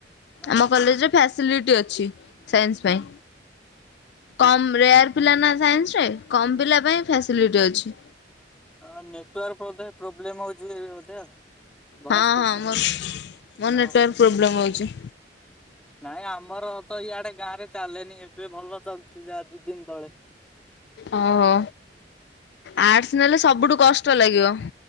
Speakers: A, in the centre; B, on the left.
A: ଅ
B: ଆମ କଲେଜରେ ଫ୍ୟାସ୍ ଫ୍ୟାସିଲିଟି ଅଛି ସାଇନ୍ସ ପାଇଁ। କମ୍ ରେୟାର୍ ପିଲା ନା ସାଇନ୍ସ ରେ କମ୍ ପିଲା ପାଇଁ ଫ୍ୟସିଲିଟ୍ ଅଛି।
A: ଅଁ ନେଟୱାର୍କ ବଧେ ପ୍ରୋବ୍ଲେମ ହଉଛିି ବଧେ ଆଉ ଭଏସ
B: ହଁ
A: କଟୁଛି
B: ହଁ ମୋର ମୋର
A: ଅ
B: ନେଟୱାର୍କ ପ୍ରୋବ୍ଲେମ୍ ହୋଉଛି।
A: ନାଇଁ ଆମର ତ ଇଆଡେ ଗାଁ ରେ ଚାଲେନି ଏବେ ଭଲ ଚାଲଛି ଯାହା ଦି ଦିନ୍ ତଳେ।
B: ଓ ହୋ ଆର୍ଟସ ନେଲେ ସବୁଠୁ କଷ୍ଟ ଲାଗିବ।